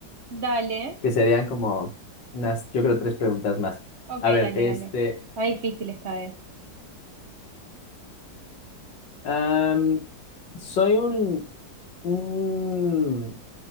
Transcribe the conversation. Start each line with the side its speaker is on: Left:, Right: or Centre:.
Right: Dale.
Left: Que serían como unas, yo creo, tres preguntas más.
Right: Ok,
Left: A
Right: dale,
Left: ver, este,
Right: dale. Está difícil esta vez.
Left: am, soy un, un